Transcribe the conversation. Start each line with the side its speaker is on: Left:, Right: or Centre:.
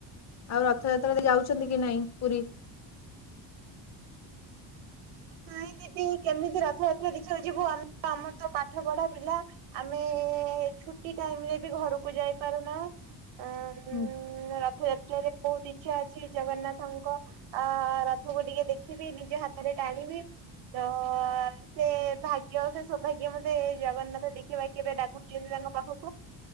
Left: ଆଉ ରଥଯାତ୍ରା ଦେଖି ଯାଉଛନ୍ତିକି ନାଇଁ ପୁରୀ।
Right: ନାଇଁ ଦିଦି କେମିତି ରଥଯାତ୍ରା ଦେଖିବାକୁ ଯିବୁ ଆମ ଆମରତ ପାଠପଢା ପିଲା। ଆମେ ଛୁଟି ଟାଇମରେବି ଘରକୁ ଯାଇପାରୁ ନାହୁଁ ଆଁ ଉୁଁ
Left: ହୁଁ
Right: ଉୁଁ। ଉୁଁ ରଥଯାତ୍ରାରେ ବହୁତ ଇଛା ଅଛି ଜଗନ୍ନାଥଙ୍କ ଅ ଅ ରଥକୁ ଟିକିଏ ଦେଖିବି ନିଜ ହାତରେ ଟାଣିବି ତ ଅଁ। ସେଭାଗ୍ୟ ସେସୌଭାଗ୍ୟ ମତେ ଜଗନ୍ନାଥ ଦେଖିବା କେବେ ଡାକୁୁଛନ୍ତି ତାଙ୍କ ପାଖକୁ।